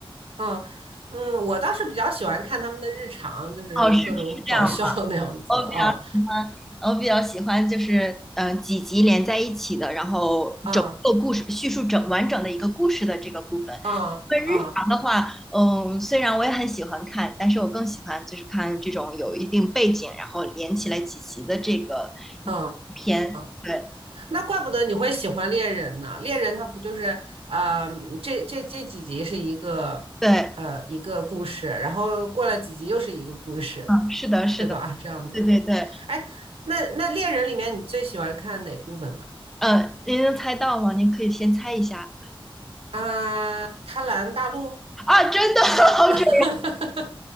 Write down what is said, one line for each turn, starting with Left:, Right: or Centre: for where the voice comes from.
Right: 嗯嗯，我倒是比较喜欢看他们的日常，就是各种搞笑
Centre: 哦，是是这样。
Right: <laughs> 那样子啊
Centre: 我比较喜欢，我比较喜欢就是嗯几集连在一起的，然后整个故事叙述整完整的一个故事的这个部分。
Right: 啊啊啊
Centre: 因为日常的话，嗯，虽然我也很喜欢看，但是我更喜欢就是看这种有一定背景，然后连起来几集的这个
Right: 啊！
Centre: 片。
Right: 啊
Centre: 对
Right: 那怪不得你会喜欢猎人呢。猎人他不就是啊，这这这几集是一个呃一个故事，
Centre: 对，
Right: 然后过了几集又是一个故事，
Centre: 嗯，是的，是的，
Right: 对吧？这样子。
Centre: 对对对，
Right: 哎，那那猎人里面你最喜欢看哪部分呢？
Centre: 嗯，您能猜到吗？您可以先猜一下。
Right: 啊，贪婪大陆。
Centre: 啊，真的 <laughs> 好准！
Right: <laughs>